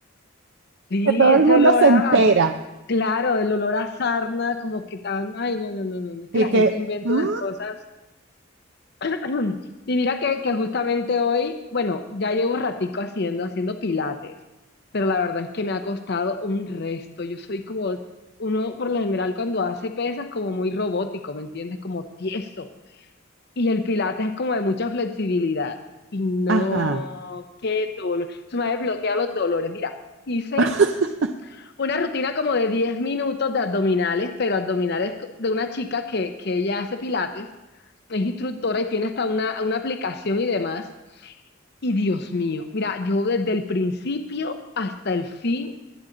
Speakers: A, on the left (about 55°); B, on the right (about 65°).
A: Sí,
B: que todo
A: ese
B: el mundo
A: olor
B: se
A: a,
B: entera
A: claro, el olor a sarna, como que tan, ay, no, no, no, no, no, es que
B: y
A: la gente
B: que,
A: inventa
B: "Mm,
A: unas cosas. <clears throat> Y mira que, que justamente hoy, bueno, ya llevo un ratico haciendo, haciendo pilates, pero la verdad es que me ha costado un resto. Yo soy como, uno por lo general cuando hace pesas, como muy robótico, ¿me entiendes? Como tieso. Y el pilates es como de mucha flexibilidad. Y no,
B: ajá,
A: qué dolor. Se me ha desbloqueado los dolores. Mira, hice
B: <laughs>
A: una rutina como de 10 minutos de abdominales, pero abdominales co- de una chica que, que ella hace pilates, es instructora y tiene hasta una, una aplicación y demás. Y Dios mío, mira, yo desde el principio hasta el fin